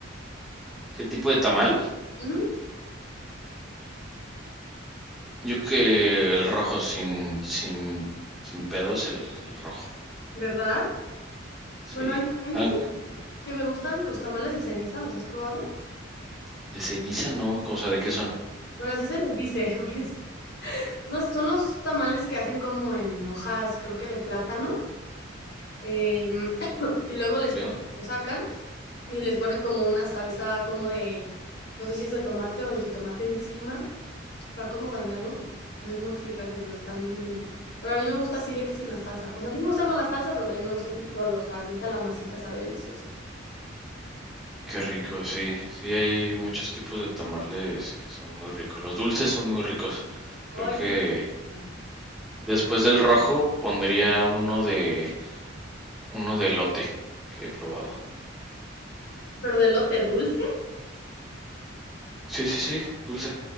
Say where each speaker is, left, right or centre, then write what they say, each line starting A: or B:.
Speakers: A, in the centre; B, on the left.
A: ¿Qué tipo de tamal?
B: Ujú,
A: Yo creo que el rojo sin, sin, sin pedos, el, el rojo.
B: ¿Verdad?
A: Sí.
B: Bueno, hay, hay
A: Ah,
B: otros que me gustan, los tamales de ceniza, ¿los has probado?
A: de ceniza no, o sea, ¿de qué son?
B: Bueno, así se les dice, <laughs> pues. No sé, son los tamales que hacen como en hojas, creo que de plátano. Eh, <coughs> <clears throat> y luego les
A: ¿Qué?
B: pon- lo sacan y les ponen como una salsa como de, no sé si es de tomate o de jitomate encima, va como bañado, no sé cómo explicarte, pero están bien buenos. Pero a mí me gusta así de que sin la salsa. O sea, sí me gusta con la salsa, pero también me gusta así solo, o sea, neta la masita sabe deliciosa.
A: Qué rico, sí. Sí, hay muchos tipos de tamales que son muy ricos. Los dulces son muy ricos. Creo
B: Ay,
A: que
B: me encantan.
A: Después del rojo pondría uno de uno de elote que he probado.
B: pero de lote dulce.
A: Sí, sí, sí, dulce.